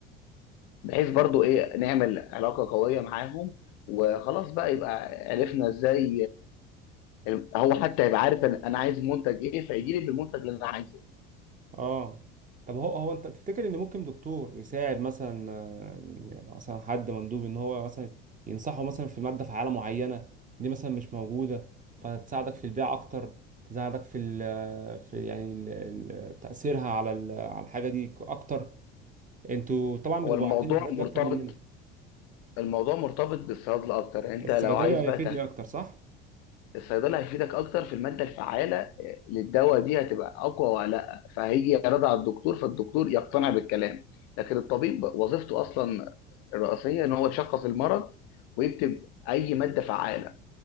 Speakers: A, on the left; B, on the right.
A: بحيث برضو ايه نعمل علاقة قوية معاهم وخلاص بقى يبقى عرفنا ازاي آه، هو حتى يبقى عارف انا أنا عايز منتج ايه فيجي لي بالمنتج اللي انا عايزه
B: اه طب هو هو انت تفتكر ان ممكن دكتور يساعد مثلا آه، مثلا حد مندوب ان هو مثلا ينصحه مثلا في ماده فعاله معينه دي مثلا مش موجوده فتساعدك في البيع اكتر تساعدك في ال آه، في يعني ال- ال- تاثيرها على ال- على الحاجه دي اكتر انتوا طبعا
A: هو
B: بتبقوا
A: الموضوع
B: عارفين الحاجات
A: مرتبط
B: دي اكتر مننا
A: الموضوع مرتبط بالصيدلة اكتر يعني انت
B: الصيدلي
A: لو عايز
B: هيفيدني
A: بقى ته-
B: اكتر صح
A: الصيدلة هيفيدك اكتر في المادة الفعالة آه، للدواء دي هتبقى اقوى ولا لا فهيجي يعرضها على الدكتور فالدكتور يقتنع بالكلام لكن الطبيب وظيفته اصلا الرئيسية ان هو يشخص المرض ويكتب اي مادة فعالة